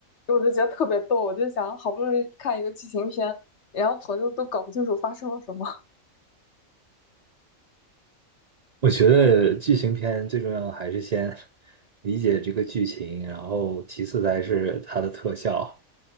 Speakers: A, on the left (about 60°); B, on the right (about 75°).
A: 我就觉得特别逗，我就想好不容易看一个剧情片，然后朋友都搞不清楚发生了什么。<laughs>
B: 我觉得剧情片最重要的还是先理解这个剧情，然后其次才是它的特效。